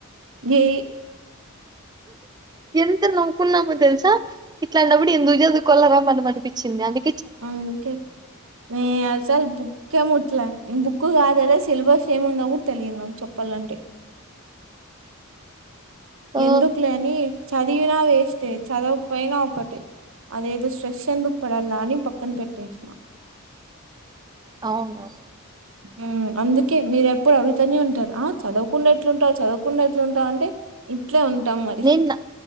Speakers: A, on the right; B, on the right.
A: ఏ
B: ఎంత నౌకున్నా మ తెలుసా ఇట్లాంటప్పుడు ఎందుకు చదువుకోలరా మనం అనిపించింది అందు
A: అంతే నే అసలు బుక్కే ముట్లా బుక్ కాదు కదా సిలబస్ ఏముందో కూడా తెలియదు నాకు చెప్పాలంటే
B: ఆ
A: ఎందుకులే అని చ చదివిన వేస్టే చదవకపోయినా ఒకటే అదేదో స్ట్రెస్ ఎందుకు పడాల అని పక్కన పెట్టేస
B: అవును
A: ఉ అందుకే మీరే ఇప్పుడు అడుగుతనే ఉంటారు ఆ చదవకుండా ఎట్లుంటావు చదవుకుండ ఎట్లుంటావు అంటే ఇట్లే ఉంటాం మరి
B: నిన్న